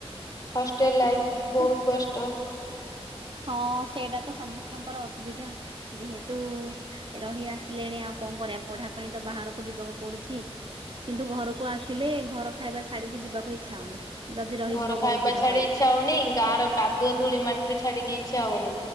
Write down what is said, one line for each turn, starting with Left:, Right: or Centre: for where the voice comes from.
Left: ହଷ୍ଟେଲ ଲାଇଫ୍
Right: ସେ
Left: ବହୁତ କଷ୍ଟ।
Right: ହଁ ସେଇଟା ତ ସମସ୍ତଙ୍କର ଅସୁବିଧା ଯେହେତୁ ରହି ଆସିଲେଣି ଆଉ କଣ କରିଆ ପଢା ପାଇଁ ତ ବାହାରକୁ ଯିବାକୁ ପଡୁଛି। କିନ୍ତୁ ଘରକୁ ଆସିଲେ ଘର ଖାଇବା ଛାଡିକି ଯିବାକୁ ଇଚ୍ଛା ହଉନି। ଯଦି ରହିଯିବ
Left: ଘର ଖାଇବା
Right: ବହୁତ ଦିନ
Left: ଛାଡି ଇଚ୍ଛା ହଉନି। ଗାଁ ର କାଦୁଅ ଧୂଳି ମାଟି ବି ଛାଡିକି ଇଚ୍ଛା ହଉନି